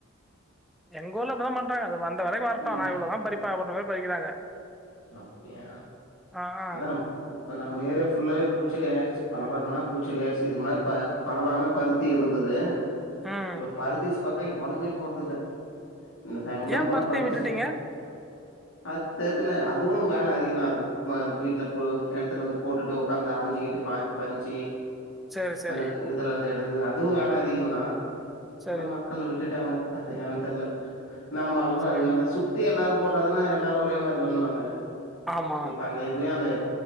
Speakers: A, in the centre; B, on the left.
A: எங்க ஊர்ல அப்படி தா பண்றாங்க அது வந்த வெலைக்கு வரைக்கும் வரட்டம்
B: ம்
A: நா இவ்ளதா பறிப்பே அப்டின்ற மாதி பறிக்கிறாங்க
B: அப்படியா
A: ஆ ஆ
B: அதான் இப்ப நம்ம ஏரியா ஃபுல்லாவே பூச்செடி ஆயிடுச்சு பணம்னா பூச்சடி ஆயிச்ச இதுக்கு பணவனா பருத்தி இருந்தது
A: ம்
B: இப்ப பருத்திசு பக்கம் எவனுமே போறதில்ல இந்த டைமல்லாம்
A: ஏன்
B: போனா பருத்தி
A: விட்டுட்டீங்க?
B: சரி அது தெர்ல அதுவும் வேலை அதிகமா இருக்கும் மா வீட்டுல போ எடுத்துட்டு வந்து போட்டுட்டு உடக்காந்து ஆஞ்சுக்கிட்டு பஞ்சு
A: சரி, சரி,
B: அந்தக்கு இதுல எடுது அதும் வேலை அதிகந்தான்
A: சரி,
B: ஆனா மக்கள் விட்டுட்டாங்க அது ஏன்னு தெர்ல நம்மாளும்
A: சரி.
B: அதுக்கான சுத்தி எல்லாரும் போட்டாதான எல்லாரும் ஒரே மாதிரி பண்ணுவாங்க
A: ஆமா.
B: இப்ப அந்த இதுவே அந்த